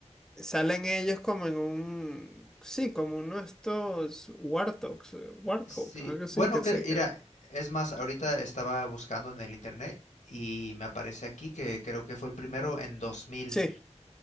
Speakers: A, in the centre; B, on the left (about 75°).
A: Salen ellos como en un, sí, como uno de estos warthogs, eh, warthog,
B: Sí,
A: algo así
B: bueno,
A: que
B: que
A: sé
B: era,
A: que.
B: es más, ahorita estaba buscando en el internet y me aparece aquí que creo que fue el primero en 2000.
A: Sí.